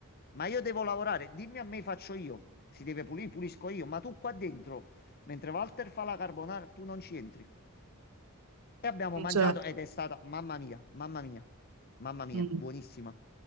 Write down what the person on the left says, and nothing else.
ma io devo lavorare. Dimmi a me, faccio io. Si deve pulire, pulisco io, ma tu qua dentro, mentre Walter fa la carbonara, tu non ci entri. E abbiamo
mangiato
ed è stata, mamma mia, mamma mia, mamma mia,
buonissima.